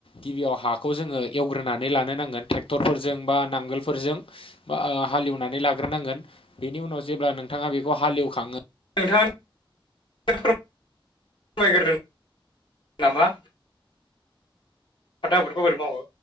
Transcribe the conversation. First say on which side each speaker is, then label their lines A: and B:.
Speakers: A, on the left; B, on the left.
A: गिबियाव हाखौ जोङो एवग्रोनानै लानो नांगोन ट्रेक्टरफोरजों बा नांगोलफोरजों बा हालेवनानै लाग्रोनांगोन बेनि उनाव जेब्ला नोंथाङा बेखौ हालेवखाङो
B: नोंथाङा फोरमायग्रो नामा फाथो आबाखौ बोरै मावो